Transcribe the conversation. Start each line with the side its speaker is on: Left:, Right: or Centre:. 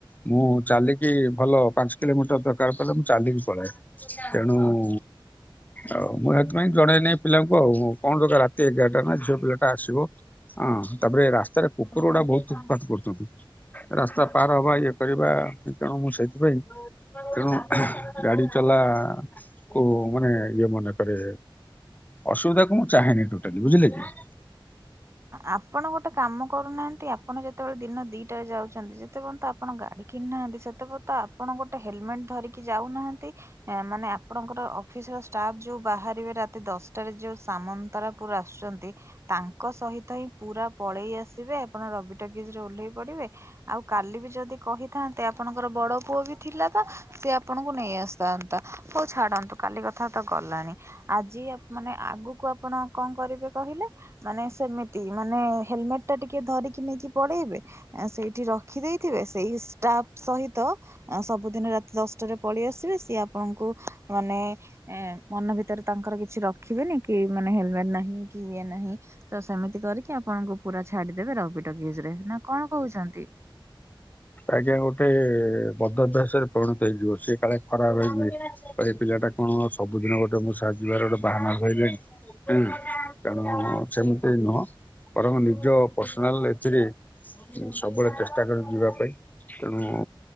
Left: ମୁଁ ଚାଲିକି ଭଲ ପାଞ୍ଚ କିଲୋମିଟର ଦରକାର ପଡିଲେ ମୁଁ ଚାଲିକି ପଳାଏ। ତେଣୁ ହୁଁ ଆଉ ମୁଁ ସେଥିପାଇଁ ଜଣେଇ ନାହିଁ ପିଲାଙ୍କୁ ଆଉ କଣ ଦା ରାତି ଏଗାରଟା ନା ଝିଅ ପିଲା ଆସିବ ହଁ ତାପରେ ରାସ୍ତାରେ କୁକୁର ଗୁଡା ବହୁତ ଉତ୍ପାତ କରୁଛନ୍ତି। ରାସ୍ତା ପାର ହବା ଇଏ କରିବା ତେଣୁ ମୁଁ ସେ ସେଥିପାଇଁ ତେଣୁ ଗାଡି ଚଲା କ ମାନେ ଇଏ ମନେକରେ ଅସୁବିଧା କ ମୁଁ ଚାହଁନି ଟୋଟାଲି ବୁଝିଲେ କି?
Right: ଆପଣ ଗୋଟେ କାମ କରୁନାହାନ୍ତି ଆପଣ ଯେତେବେଳେ ଦିନ ଦିଟାରେ ଯାଉଛନ୍ତି। ସେତେ ପର୍ଯ୍ୟନ୍ତ ଆପଣ ଗାଡ଼ି କିଣିନାହାନ୍ତି ସେତେ ପର୍ଯ୍ୟତ ଆପଣ ଗୋଟେ ହେଲମେଟ୍ ଧରିକି ଯାଉନାହାନ୍ତି। ମାନେ ଆପଣଙ୍କର ଅଫିସ ର ଷ୍ଟାଫ୍ ଯୋଉ ବାହାରିବେ ରାତି ଦଶ ଯୋଉ ସାମନ୍ତରାପୁର ଆସୁଛନ୍ତି ତାଙ୍କ ସହିତ ହିଁ ପୁରା ପଳେଇ ଆସିବେ। ଆପଣ ରବି ଟକିିଜରେ ଓହ୍ଲେଇ ପଡିବେ। ଆଉ କାଲି ବି ଯଦି କହିଥାନ୍ତେ ଆପଣଙ୍କର ବଡ ପୁଅ ବି ଥିଲା ତ ସିଏ ଆପଣଙ୍କୁ ନେଇ ଆସିଥାନ୍ତେ। ହଉ ଛାଡନ୍ତୁ କାଲି କଥା ତ ଗଲାଣି ଆଜି ଆଉ ମାନେ ଆଗକୁ ଆପଣ କଣ କରିବେ କହିଲେ? ମାନେ ସେମିତି ମାନେ ହେଲମେଟ ଟା ଟିକେ ଧରିକି ନେଇକି ପଳେଇବେ। ସେଇଠି ରଖିଦେଇଥିବେ ସେଇ ଷ୍ଟାଫ ସହିତ ସବୁଦିନ ରାତି ଦଶଟାରେ ପଳେଇ ଆସିବେ ସିଏ ଆପଣଙ୍କ ମାନେ ଏ ମନ ଭିତରେ ତାଙ୍କର କିଛି ର ଦେଖିବେନି କି ମାନେ ହେଲମେଟ ନାହିଁ କି ଇଏ ନାହିଁ ତ ସେମିତି କରି କି ଆପଣଙ୍କୁ ପୁରା ଛାଡିଦେବେ ରବି ଟକିଜରେ ନା କଣ କହୁଛନ୍ତି?
Left: ଆଜ୍ଞା ଗୋଟେ ବଦଅଭ୍ୟାସରେ ପରିଣତ ହେଇଯିବ ସେଏ କାଳେ ଖରାପ ହେଇଯିବ। ଏ ପିଲାଟା କଣ ସବୁଦିନ ଗୋଟେ ମୋ ସାଙ୍ଗରେ ଯିବାର ଗୋଟେ ବାହାନା ଧହିଲାଣି। ହୁଁ ତେଣୁ ସେମିତି ନୁହଁ। ବରଂ ନିଜ ପର୍ସନାଲ୍ ଏଥିରେ ମୁଁ, ସବୁବେଳେ ଚେଷ୍ଟା କରେ ଯିବା ପାଇଁ, ତେଣୁ